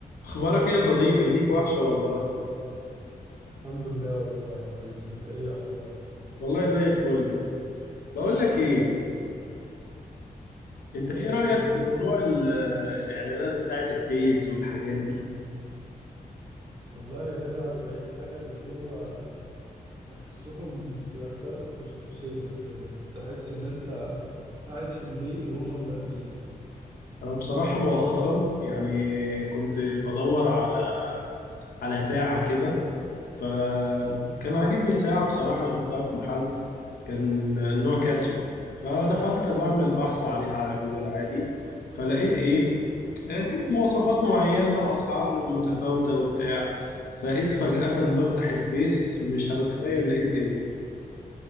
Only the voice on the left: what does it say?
اخبارك ايه يا صديقي ليك وحشة والله
والله زي الفل بقول لك ايه انت ايه رأيك
في موضوع ال- آه، الاعلانات بتاعت الفيس والحاجات دي
انا بصراحة مؤخرا يعني كنت بدور على على ساعة كده فكان عاجبني ساعة بصراحة شفتها في محل كان نوع كاسيو فدخلت بعمل بحث عليها على جوجل عادي فلقيت ايه آه، لقيت مواصفات معينة وأسعار متفاوتة وبتاع فإذ فجأة بفتح الفيس مش هتتخيل لقيت ايه